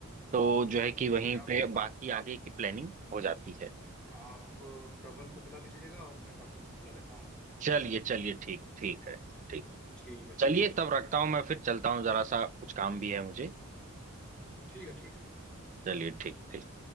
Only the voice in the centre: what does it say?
ठीक है आप
आप
आप प्रबल को बुला लीजिएगा और मैं बाकी लोग को बुला लेता हूँ
ठीक है
ठीक है
ठीक
ठीक है ठीक है